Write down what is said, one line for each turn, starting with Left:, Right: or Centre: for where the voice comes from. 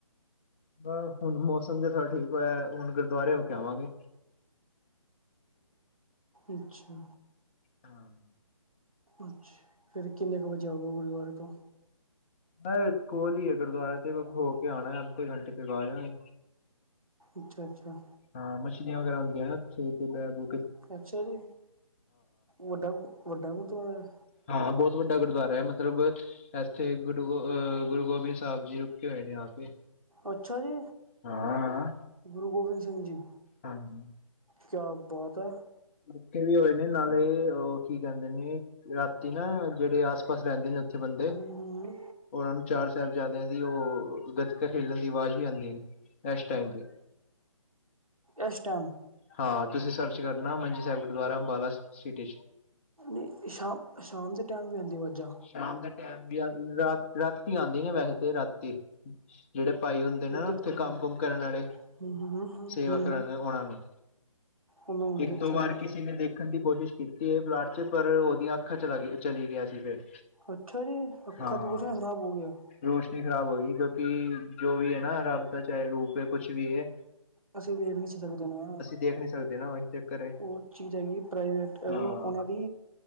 Left: ਬ ਹੁਣ ਮੌਸਮ ਜਾ ਥੋੜਾ ਠੀਕ ਹੋਇਆ ਹੁਨ ਗੁਰਦੁਆਰੇ ਹੋ ਕੇ ਆਵਾਂਗੇ।
Right: ਅੱਛਾ।
Left: ਹਾਂ
Right: ਅੱਛਾ, ਫਿਰ ਕਿੰਨੇ ਕੁ ਵਜੇ ਆਓਗੇ ਗੁਰਦੁਆਰੇ ਤੋਂ?
Left: ਮੈਂ ਕੋਲ ਹੀ ਐ ਗੁਰਦੁਆਰਾ ਤੇ ਹੋ ਕੇ ਆਣਾ ਐ ਅੱਧੇ ਘੰਟੇ ਤਕ ਆ ਜਾਣਾ ਐ।
Right: ਅੱਛਾ-ਅੱਛਾ।
Left: ਹਾਂ ਮੱਛਲੀਆਂ ਵਗੈਰਾ ਹੁੰਦੀਆਂ ਨੇ ਐਥੇ ਤੇ ਬਹਿ ਬੋ
Right: ਅੱਛਾ ਜੀ, ਵੱਡਾ, ਵੱਡਾ ਗੁਰਦੁਆਰਾ
Left: ਹਾਂ ਬੋਤ ਵੱਡਾ ਗੁਰਦੁਆਰਾ ਹੈ ਮਤਲਬ ਐਥੇ ਗੁਰੂ ਗੋ ਅਹ ਗੁਰੂ ਗੋਬਿੰਦ ਸਾਹਿਬ ਜੀ ਰੁਕੇ ਹੋਏ ਨੇ ਆ ਕੇ।
Right: ਅੱਛਾ ਜੀ
Left: ਹਾਂ ਹਾਂ
Right: ਗੁਰੂ ਗੋਬਿੰਦ ਸਿੰਘ ਜੀ।
Left: ਹਾਂਜੀ
Right: ਕਿਆ ਬਾਤ ਏ।
Left: ਰੁਕੇ ਵੀ ਹੋਏ ਨੇ ਨਾਲੇ ਉਹ ਕੀ ਕਹਿੰਦੇ ਨੇ ਰਾਤੀ ਨਾ ਜਿਹੜੇ ਆਸ ਪਾਸ ਰਹਿੰਦੇ ਨੇ। <unintelligible>
Right: ਹੂੰ ਹੂੰ
Left: ਉਹਨਾਂ ਨੂੰ ਚਾਰ ਸਾਹਿਬਜ਼ਾਦਿਆਂ ਦੀ ਉਹ ਗਤਕਾ ਖੇਲਣ ਦੀ ਆਵਾਜ਼ ਵੀ ਆਉਂਦੀ। ਹੈ ਇਸ ਟਾਈਮ ਤੇ
Right: ਏਸ਼ ਟਾਈਮ
Left: ਹਾਂ ਤੁਸੀਂ ਸਰਚ ਕਰਨਾ ਮੰਜੀ ਸਾਹਿਬ ਗੁਰਦੁਆਰਾ ਅੰਬਾਲਾ ਸਿਟੀ 'ਚ
Right: ਅਤੇ ਸ਼ਾਮ -ਸ਼ਾਮ ਦੇ ਟਾਈਮ ਵੀ ਆਦੀਆਂ ਵਾਜਾਂ
Left: ਸ਼ਾਮ ਦੇ ਟੈਮ ਵੀ ਆਂ ਰਾ ਰਾਤੀ ਆਉਂਦੀ ਨੇ ਵੈਸੇ ਤੇ ਰਾਤੀ ਜਿਹੜੇ ਭਾਈ ਹੁੰਦੇ ਨਾ
Right: ਗੱਤਕਾ
Left: ਉੱਥੇ ਕੰਮ
Right: ਖੇਲ ਹੂੰ
Left: ਕੁਮ ਕਰਨ ਵਾਲੇ
Right: ਹੂੰ ਹੂੰ
Left: ਸੇਵਾ
Right: ਹੂੰ
Left: ਕਰਨ ਉਹਨਾਂ ਨੂੰ
Right: ਉਹਨਾਂ ਹੁੰਦੇ
Left: ਇੱਕ
Right: ਅੱਛਾ
Left: ਦੋ ਬਾਰ ਕਿਸੀ ਨੇ ਦੇਖਿਆ। ਰੱਖਣ ਦੀ ਕੋਸ਼ਿਸ਼ ਕੀਤੀ ਇਹ ਪਲਾਟ 'ਚ ਪਰ ਉਹਦੀਆਂ ਅੱਖਾਂ ਚਲਾ ਗ ਚਲੀ ਗਈਆਂ ਸੀ ਫਿਰ
Right: ਅੱਛਾ ਜੀ ਅੱਖਾ
Left: ਹਾਂ
Right: <unintelligible> ਬੂਤ ਨਾ ਖ਼ਰਾਬ ਹੋ ਗਿਆ।
Left: ਰੋਸ਼ਨੀ ਖ਼ਰਾਬ ਹੋ ਗਈ ਕਿਉਂਕਿ ਜੋ ਵੀ ਹੈ ਨਾ ਰੱਬ ਚਾਹੇ ਰੂਪ ਕੁਛ ਵੀ ਏ।
Right: ਅਸੀਂ ਵੇਖ ਨਹੀਂ ਸੀ ਸਕਦੇ ਨਾ
Left: ਦੇਖ ਨਹੀਂ ਸਕਦੇ ਨਾ ਉਹੀ ਚੱਕਰ ਹੈ
Right: ਉਹ ਚੀਜ਼ ਹੈਗੀ ਪ੍ਰਾਈਵੇਟ
Left: ਹਾਂ
Right: ਉਹਨਾਂ ਦੀ